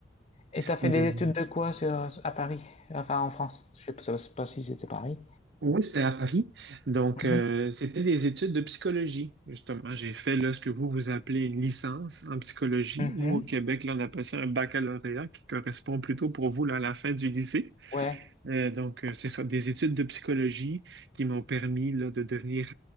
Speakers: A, on the left; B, on the right.
A: Et t'as fait
B: Mais-
A: des études de quoi sur, à Paris? Enfin, en France. Je sais pas, je sais pas si c'était Paris.
B: oui, c'était à Paris. Donc,
A: Mhm.
B: euh, c'était des études de psychologie, justement. J'ai fait là, ce que vous, vous appelez une licence en psychologie.
A: Mhm.
B: Nous, au Québec, là, on appelle ça un baccalauréat qui correspond plutôt pour vous là, à la fin du lycée.
A: Ouais.
B: Euh, donc, euh, c'est ça, des études de psychologie qui m'ont permis là, de devenir